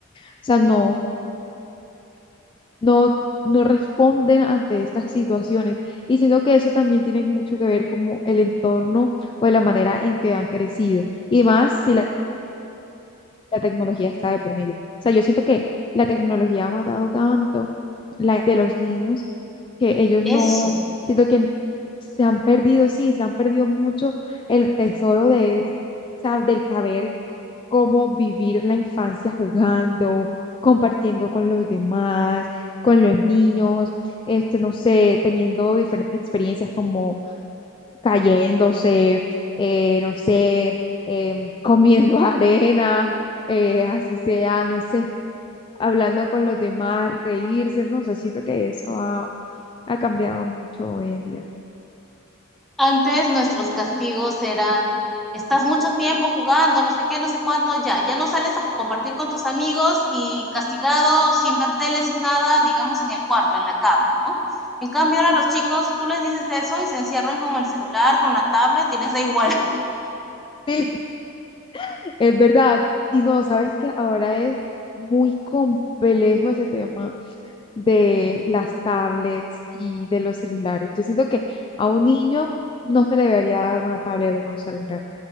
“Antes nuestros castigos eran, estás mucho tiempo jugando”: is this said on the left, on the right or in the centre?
Centre